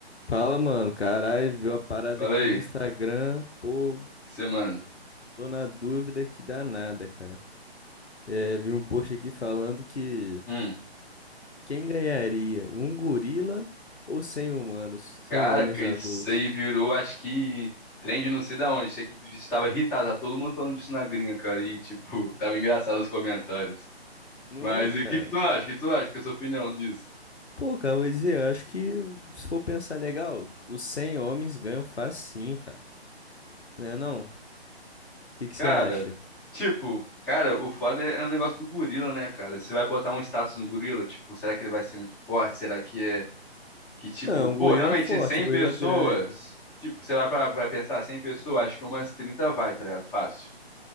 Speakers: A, on the left; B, in the centre.
A: Fala, mano. Caralho, viu a parada
B: Fala
A: aqui
B: aí,
A: no Instagram? Pô,
B: você, mano.
A: tô na dúvida que dá nada, cara. É, vi um post aqui falando que
B: Hum,
A: quem ganharia, um gorila ou 100 humanos, 100
B: cara,
A: homens
B: que Oi.
A: adultos?
B: isso aí virou, acho que trend não sei da onde. Sei que estava irritado, tá todo mundo falando disso na gringa, cara. E, tipo, <laughs> tava engraçado os comentários.
A: Não
B: Mas
A: é, cara?
B: e o que que tu acha? O que tu acha? Que é a sua opinião disso?
A: Pô, cara, vou dizer, eu acho que se for pensar legal, os 100 homens ganham facinho, cara. Né não? O que que você
B: Cara,
A: acha?
B: Ah, tipo, cara, o foda é é o negócio do gorila, né, cara? Você vai botar um status no gorila, tipo, será que ele vai ser muito forte? Será que é que, tipo,
A: Não, é um gorila
B: pô, realmente
A: forte,
B: 100
A: um gorila
B: pessoas,
A: grande.
B: tipo, você vai pra, pra pensar, 100 pessoas, acho que umas 30 vai, tá ligado? Fácil.